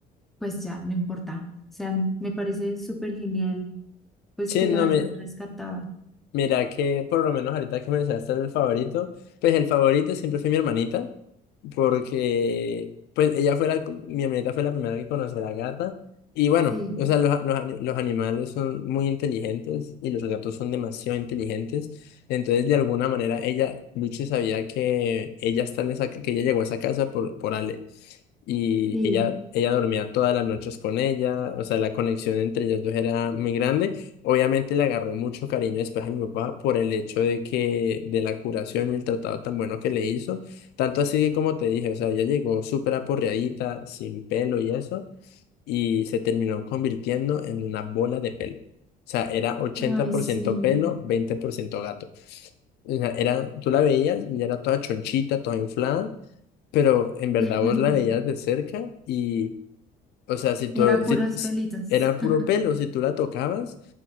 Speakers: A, in the centre; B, on the left (about 75°).
A: pues ya, no importa. O sea, me parece súper genial pues
B: Sí,
A: que
B: no,
A: la hayan
B: me,
A: rescatado.
B: Mira que por lo menos ahorita que mencionaste el favorito, pues el favorito siempre fue mi hermanita, porque pues ella fue la, mi hermanita fue la primera que conoció a la gata. Y bueno,
A: Sí.
B: o sea, los, los, ani- los animales son muy inteligentes y los gatos son demasiado inteligentes. Entonces, de alguna manera, ella, Luchi sabía que ella está en esa, que ella llegó a esa casa por, por Ale y
A: Sí,
B: ella, ella dormía todas las noches con ella, o sea, la conexión entre ellas dos era muy grande. Obviamente le agarró mucho cariño después a mi papá por el hecho de que, de la curación y el tratado tan bueno que le hizo, tanto así que como te dije, o sea, ella llegó súper aporreadita, sin pelo y eso, y se terminó convirtiendo en una bola de pelo. O sea, era ochenta
A: ay,
B: por
A: sí.
B: ciento pelo, 20% gato. O sea, era, tú la veías y era toda chonchita, toda inflada. Pero en verdad
A: <laughs>
B: vos la veías de cerca y, o sea, si tú,
A: Y era puros
B: si, si-
A: pelitos.
B: era puro
A: <laughs>
B: pelo, si tú la tocabas,